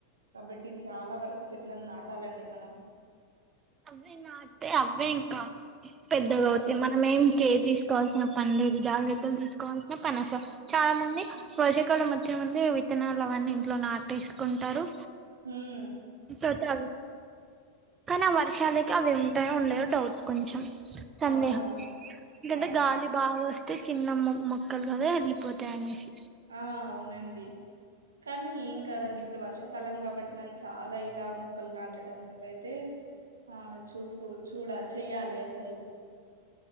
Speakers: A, on the right; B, on the right.
A: కాబట్టి చాలా వరకు చెట్లను నాటాలండి మనం
B: అవే నాటీతే అవే ఇంకా పెద్దగా
A: ఆ
B: అవుతాయి మనమేం కేర్ తీసుకోవాల్సిన పని లేదు జాగ్రత్తలు తీసుకోవాల్సిన పని అసలు చాలా మంది
A: ఆ,
B: వర్ష కాలం కొంతమంది విత్తనాలు అవన్నీ ఇంట్లో నాటేసుకుంటారు
A: హమ్
B: తాగుతూ అగు కానీ ఆ వర్షాలకి అవి ఉంటాయో ఉండయో డౌట్ కొంచెం సందేహం
A: అవునవును
B: ఎందుకు
A: అవునండి
B: గాలి బాగా వస్తు వస్తే చిన్న మొక్కలు కదా వెళ్ళిపోతాయి అనేసి
A: ఆ అవునండి కానీ ఏం కాదండి ఇప్పుడు వర్ష కలం కాబట్టి మనం చాలా ఇలా మొక్కలు నాటడం ఇవైతే ఆ చూసుకో చూడ చెయ్యాలి అసలు